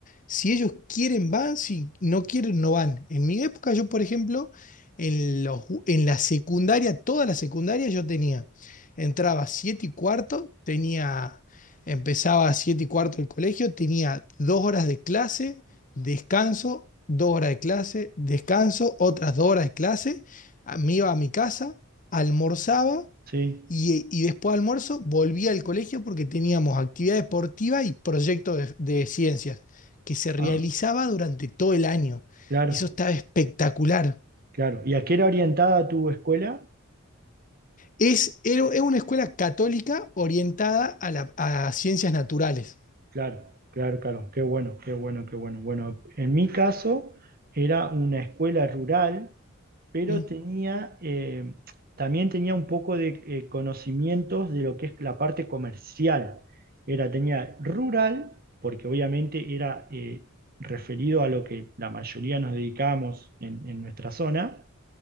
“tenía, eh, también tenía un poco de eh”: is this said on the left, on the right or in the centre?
Right